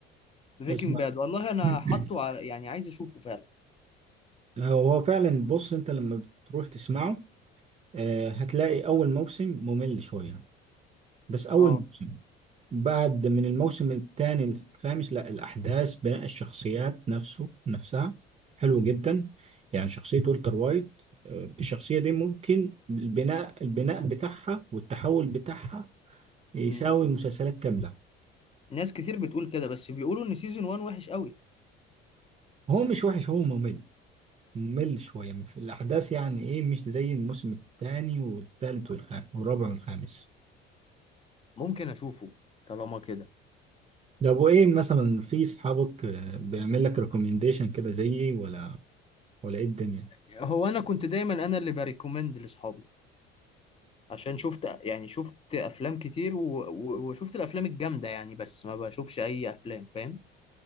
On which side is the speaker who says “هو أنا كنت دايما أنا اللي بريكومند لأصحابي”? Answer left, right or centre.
Left